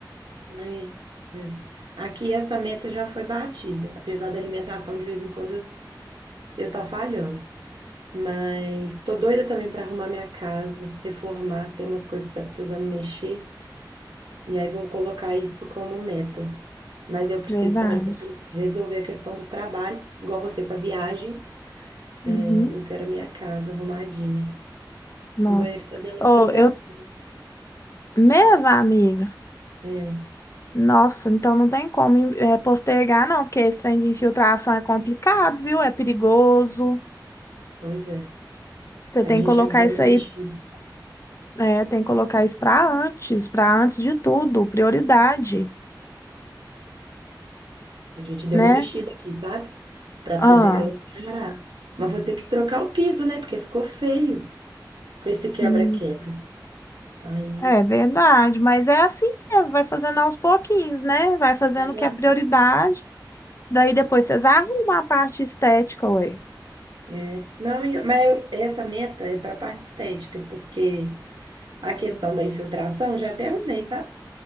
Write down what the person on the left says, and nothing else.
Verdade.
Uhum.
Nossa.
Ou
eu mesma, amiga.
Nossa, então não tem como eh, postergar, não, porque esse trem de infiltração é complicado, viu? É perigoso.
Você
tem
que colocar
isso
aí,
eh, tem que colocar isso para antes, para antes de tudo, prioridade,
né?
Ah,
hum,
é verdade, mas é assim mesmo, vai fazendo aos pouquinhos, né? Vai fazendo
o que é prioridade, daí depois vocês arrumam a parte estética, ué.